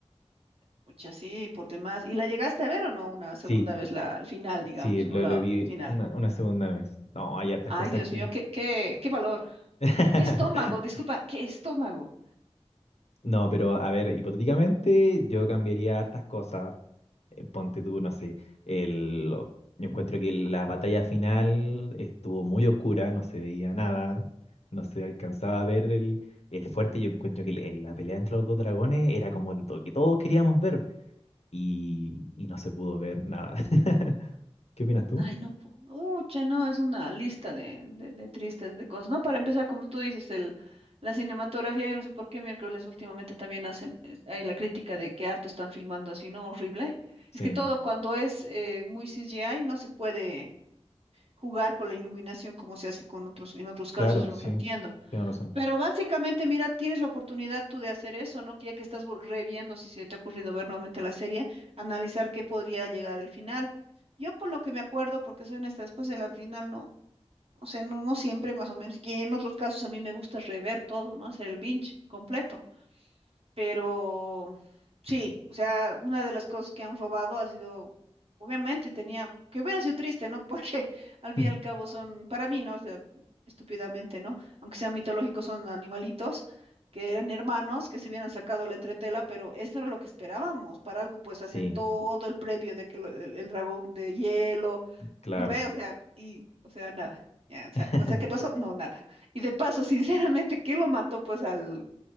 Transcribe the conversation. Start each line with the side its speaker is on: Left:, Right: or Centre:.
Right: Pucha, sí, por demás. ¿Y la llegaste a ver o no una segunda
Left: Sí,
Right: vez la, el final, digamos,
Left: sí, lo,
Right: o la
Left: lo vi
Right: final?
Left: una, una segunda vez. No, hay hartas
Right: Ay,
Left: cosas
Right: Dios
Left: que...
Right: mío, qué, qué, qué valor.
Left: <laughs>
Right: ¿Qué estómago? Disculpa, ¿qué estómago?
Left: No, pero a ver, hipotéticamente yo cambiaría hartas cosas. Eh, Ponte tú, no sé, el, lo- yo encuentro que la batalla final estuvo muy oscura, no se veía nada, no se alcanzaba a ver el, el fuerte. Yo encuentro que el- el- la pelea entre los dos dragones era como el, lo que todos queríamos ver y, y no se pudo ver nada. <laughs> ¿Qué opinas tú?
Right: Ay, no, po- ucha, no, es una lista de, de, de tristes, de cosas. No, para empezar, como tú dices, el, la cinematografía, yo no sé por qué miércoles últimamente también hacen, es- hay la crítica de que harto están filmando así, ¿no? Horrible.
Left: Sí,
Right: Es que todo cuando es eh, muy CGI no se puede jugar con la iluminación como se hace con otros, en otros
Left: claro,
Right: casos, es lo
Left: sí,
Right: que entiendo.
Left: tienes razón.
Right: Pero básicamente, mira, tienes la oportunidad tú de hacer eso, ¿no? Que Ya que estás vol- reviendo, si se te ha ocurrido ver nuevamente la serie, analizar qué podría llegar el final. Yo con lo que me acuerdo, porque soy honesta, después de la final no, o sea, no, no siempre más o menos, y en otros casos a mí me gusta rever todo, ¿no? Hacer el binge completo. Pero sí, o sea, una de las cosas que han robado ha sido, obviamente tenía, que hubiera sido triste, ¿no? <laughs> Porque al fin
Left: <laughs>
Right: y al cabo son, para mí, ¿no? O sea, estúpidamente, ¿no? Aunque sean mitológicos, son animalitos que eran hermanos, que se hubieran sacado la entretela, pero eso era lo que esperábamos. Para algo, pues
Left: Sí,
Right: hacen todo el previo de que lo- el, el dragón de hielo,
Left: claro.
Right: ¿no ve? O sea, y, o sea, nada. Ya, o
Left: <laughs>
Right: sea, o sea, ¿qué pasó? No, nada. Y de paso, <laughs> sinceramente, ¿qué lo mató pues al,